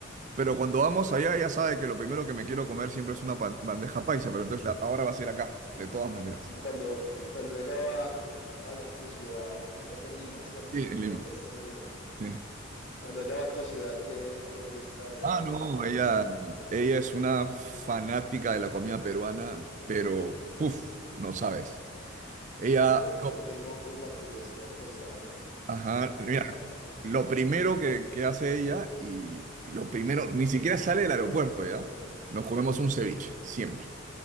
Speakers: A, on the right; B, on the left.
A: pero cuando vamos allá, ella sabe que lo primero que me quiero comer siempre es una pa- bandeja paisa, pero entonces la- ahora va a ser acá, de todas maneras.
B: Y cuando, y cuando ella va a tu ciudad, estás en Lima, ¿cierto?
A: Sí, en
B: Todavía
A: Lima.
B: estás en Lima
A: Sí.
B: Cuando ella va a tu ciudad, ¿qué, qué le gusta a ella
A: Ah, no,
B: ir a comer,
A: ella,
B: por ejemplo?
A: ella es una fanática de la comida peruana, pero, uff, no sabes. Ella
B: Porque yo tengo una curiosidad por saber,
A: Ajá, mira,
B: por saber. O
A: lo primero que, que hace ella y y lo primero, ni siquiera sale del aeropuerto, ¿ya? Nos comemos un ceviche, siempre.